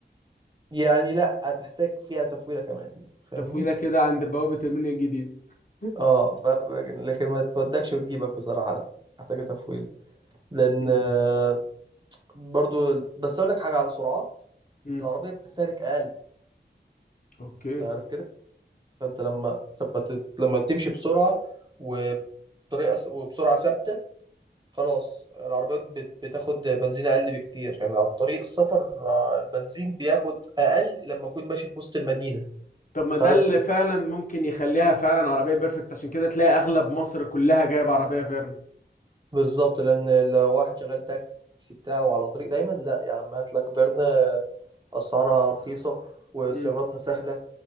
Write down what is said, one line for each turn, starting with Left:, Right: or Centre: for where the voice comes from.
Right: يعني لا هتحتاج فيها تفويله كمان فاهمني
Left: تفويلة كده عند بوابة المنيا الجديد <laughs>
Right: اه ف... لكن لكن ما تودكش وتجيبك بصراحه لا محتاجه تفويله لان
Left: امم
Right: آه، برضو بس اقول لك حاجه على سرعات
Left: امم
Right: العربية بتستهلك أقل
Left: اوكي
Right: أنت عارف كده فأنت لما لما ت- لما تمشي بسرعة وبطريقة س- وبسرعة ثابتة خلاص العربيات بت- بتاخد بنزين أقل بكتير يعني على طريق السفر آه، البنزين بياخد أقل لما أكون ماشي في وسط المدينة
Left: طب ما
Right: أنت
Left: ده
Right: عارف
Left: اللي
Right: كده
Left: فعلا ممكن يخليها فعلا عربية بيرفكت عشان كده تلاقي اغلب مصر كلها جايبة عربية فيرنا
Right: بالظبط لأن لو واحد شغال تاكسي بتاعه على طريق دايما لا يا عم هات لك فيرنا أسعارها رخيصة وصيانتها
Left: امم
Right: سهلة